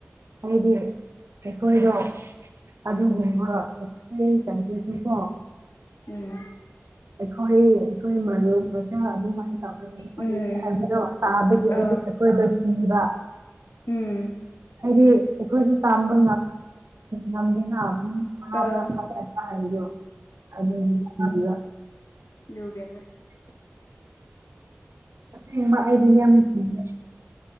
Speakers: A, on the right; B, on the left.
A: ꯍꯥꯏꯗꯤ ꯑꯩꯈꯣꯏꯗꯣ ꯑꯗꯨꯒꯨꯝꯕ ꯑꯦꯛꯁꯄꯤꯔꯤꯌꯦꯟꯁ ꯑꯗꯨꯗꯁꯨꯀꯣ
B: ꯎꯝ
A: ꯑꯩꯈꯣꯏ ꯑꯩꯈꯣꯏ <unintelligible> ꯑꯗꯨꯃꯥꯏꯅ ꯇꯧꯔꯦ ꯈꯣꯠꯂꯦ
B: ꯎꯝ
A: ꯍꯥꯏꯕꯗꯣ ꯇꯥꯕꯒꯤ
B: ꯑꯥ
A: ꯑꯩꯗꯣ ꯑꯩꯈꯣꯏꯗ ꯀꯤꯕ
B: ꯎꯝ
A: ꯍꯥꯏꯗꯤ ꯑꯩꯈꯣꯏꯁꯨ ꯇꯥꯝꯕ ꯉꯝꯗꯦꯅ ꯎꯝ ꯄ꯭ꯔꯄ
B: ꯑꯥ
A: ꯍꯥꯏꯣ ꯑꯗꯨꯒ
B: ꯑꯗꯨꯒꯤꯅ‌ꯦ
A: <inaudible> ꯑꯁ‌ꯦꯕ ꯑꯥꯏꯗꯤ ꯌꯥꯝ ꯀꯤꯌ‌ꯦ